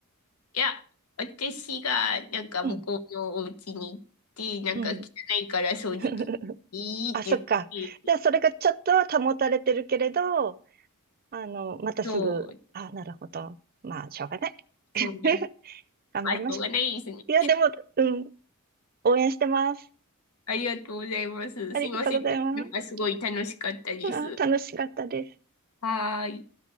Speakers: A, on the left; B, on the right.
A: いや、私がなんか向こうのお家に行って、
B: うん。
A: なんか汚いから掃除機いいって言って、
B: うん。<laughs> あ、そっか。じゃあそれがちょっとは保たれてるけれど、あの、またすぐ、
A: そう、
B: あ、なるほど。まあ、しょうがない。<laughs>
A: そうね。
B: 頑張りましょ
A: あ、しょうがないですね。
B: う。いや、でも、うん。応援してます。
A: ありがとうございます。
B: ありがとうございます。
A: すいません。なんかすごい楽しかったです。
B: あー、楽しかったです。
A: はーい。